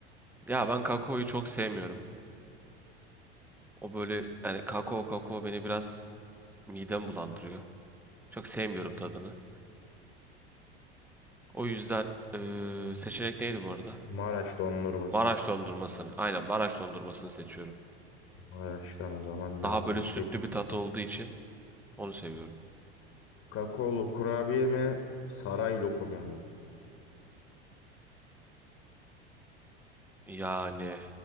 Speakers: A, in the centre; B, on the left (about 45°).
A: Ya ben kakaoyu çok sevmiyorum. O böyle yani kakao kakao beni biraz midem bulandırıyor. Çok sevmiyorum tadını. O yüzden eee, seçenek neydi bu arada?
B: Maraş dondurması.
A: Maraş dondurmasını. Aynen Maraş dondurmasını seçiyorum.
B: Maraş'tan o zaman
A: Daha
B: devam
A: böyle
B: ettik.
A: sütlü bir tat olduğu için onu seviyorum.
B: Kakaolu kurabiye mi, saray lokumu mu?
A: Yani